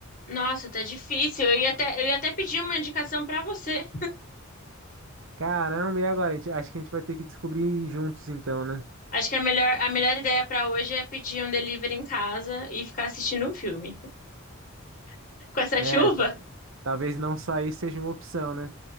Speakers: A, on the left; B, on the right.
A: Nossa, tá difícil. Eu ia até, eu ia até pedir uma indicação pra você.
B: Caramba, e agora? A gente- Acho que a gente vai ter que descobrir juntos então, né?
A: Acho que a melhor, a melhor ideia pra hoje é pedir um delivery em casa e ficar assistindo um filme. <laughs> Com essa
B: É,
A: chuva?
B: ta- talvez não sair seja uma opção, né?